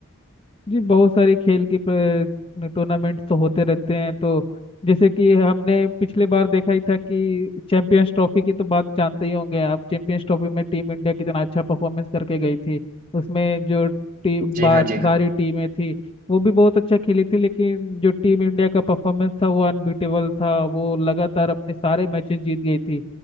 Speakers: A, on the left (about 25°); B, on the right (about 40°).
A: जी बहुत सारी खेल की टूर्नामेंट तो होते रहते हैं तो जैसे कि हमने पिछले बार देखा ही था कि चैंपियंस ट्रॉफी की तो बात जानते ही होंगे आप चैंपियंस ट्रॉफी में टीम इंडिया कितना अच्छा परफॉर्मेंस करके गई थी उसमें जो टीम
B: जी
A: बा
B: हाँ
A: सारी
B: जी हाँ
A: टीमें थी वो भी बहुत अच्छा खेली थी लेकिन जो टीम इंडिया का परफॉर्मेंस था वो अनबीटेबल था वो लगातार अपने सारे मैचेस जीत गई थी